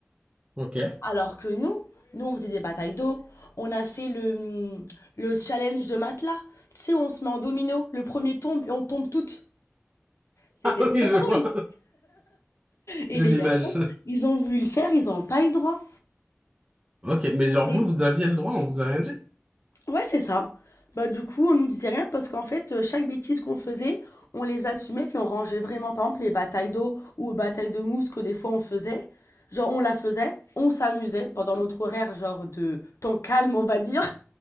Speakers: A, on the right; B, on the left.
A: Ok.
B: Alors
A: <laughs>
B: que nous, nous on faisait des batailles d'eau, on a fait le, hum, le challenge de matelas. Tu sais, on se met en domino, le premier tombe et on tombe toutes. C'était
A: Ah oui,
B: trop
A: je
B: drôle.
A: vois.
B: Et
A: J'ai
B: les
A: l'image.
B: garçons, ils ont voulu le faire, ils n'ont pas eu le droit.
A: Ok, mais genre
B: Les-
A: vous, vous aviez le droit, on vous a rien dit?
B: Ouais, c'est ça. Bah du coup, on nous disait rien parce qu'en fait, euh, chaque bêtise qu'on faisait, on les assumait puis on rangeait vraiment. Par exemple, les batailles d'eau ou batailles de mousse que des fois on faisait, genre on la faisait, on s'amusait pendant notre horaire genre de temps calme, on va dire.